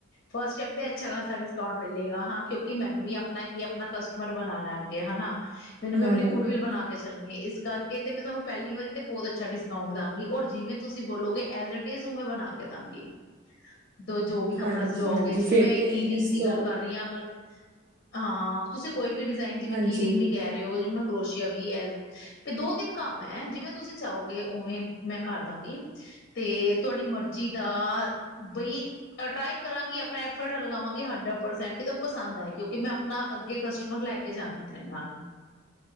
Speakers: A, on the left; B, on the right.
A: ਫਸਟ ਟਾਈਮ ਤੇ ਅੱਛਾ ਖਾਸਾ ਡਿਸਕੌਂਟ ਮਿਲੇਗਾ ਹਾਂ ਕਿਉਂਕਿ ਕਿ ਮੈਨੂੰ ਵੀ ਆਪਣਾ ਕਿ ਆਪਣਾ ਕਸਟਮਰ ਬਣਾਣਾ ਅੱਗੇ ਹਨਾ ਮੈਨੂੰ
B: ਬਣਾਣਾ
A: ਵੀ ਆਪਣੀ ਗੁੱਡਵਿਲ
B: ਹੈ
A: ਬਣਾ ਕੇ ਚੱਲਣੀ ਹੈ ਇਸ ਕਰਕੇ ਤੇ ਮੈਂ ਤੁਹਾਨੂੰ ਪਹਿਲੀ ਵਾਰੀ ਤੇ ਬਹੁਤ ਅੱਛਾ ਡਿਸਕਾਊਂਟ ਦਾਂਗੀ ਔਰ ਜਿਵੇਂ ਤੁਸੀਂ ਬੋਲੋਗੇ ਐਜ ਏ ਟਿਜ਼ ਓਵੇਂ ਬਣਾ ਕੇ ਦਾਂਗੀ। ਤੋਂ ਜੋ ਵੀ ਕੱਪੜਾ
B: ਹਾਂਜੀ
A: ਸਿਲਵਾਓਗੇ
B: ਹਾਂਜੀ
A: ਜਿਵੇਂ
B: ਫੇਰ
A: ਮੈਂ
B: ਤੇ
A: ਕੀਰਿੰਗ
B: ਇਸ
A: ਦੀ
B: ਤੋਂ
A: ਗੱਲ ਕਰ ਰਹੀ ਹਾਂ ਅਗਰ ਹਾਂ ਤੁਸੀਂ ਕੋਈ ਵੀ ਡਿਜ਼ਾਇਨ ਜਿਵੇਂ
B: ਹਾਂਜੀ
A: ਕੀਰਿੰਗ ਵੀ ਕਹਿ ਰਹੇ ਹੋ ਜਿਵੇਂ ਕਰੋਸ਼ੀਆ ਵੀ ਐ ਵੀ ਦੋ ਤਿੰਨ ਕੰਮ ਹੈ ਜਿਵੇਂ ਜਿਵੇਂ ਤੁਸੀਂ ਚਾਹੋਗੇ ਉਵੇਂ ਮੈਂ ਕਰਦਾਂਗੀ ਤੇ ਤੁਹਾਡੀ ਮਰਜੀ ਦਾ ਬਈ ਟ੍ਰਾਈ ਕਰਾਂਗੀ, ਆਪਣਾ ਐਫਰਟ ਲਗਾਵਾਂਗੀ ਹੰਡਡ ਪਰਸੈਂਟ ਕਿ ਤੁਹਾਨੂੰ ਪਸੰਦ ਆਏ ਕਿਉਂਕਿ ਮੈਂ ਨਾ ਅੱਗੇ ਕਸਟਮਰ ਲੈ ਕੇ ਜਾਣਾ ਆਪਣੇ ਨਾਲ